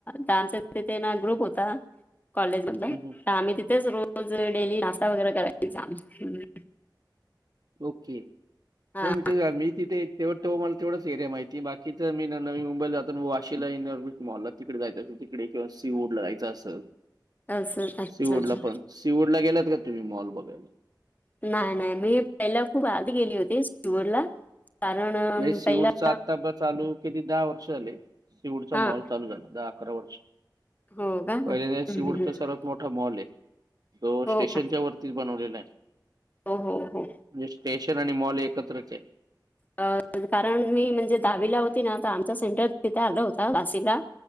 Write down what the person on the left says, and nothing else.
डान्सचा तिथेना ग्रुप होता कॉलेजमधला,
तर आम्ही तिथेच रोज रोज डेली नाश्ता वगैरा करायचं तिथं आम्ही.
हा
असं अच्छा
अच्छा
नाय नाय, मी पहिला खूप आध गेली होती सींहगडला. कारण
म
पहिला
हा
हो का? हं,
हं, हं.
हो
का?
हो, हो, हो.
अ कारण मी म्हणजे दहावीला होती ना, तर आमचं सेंटर तिथं आलं होतं, वाशीला.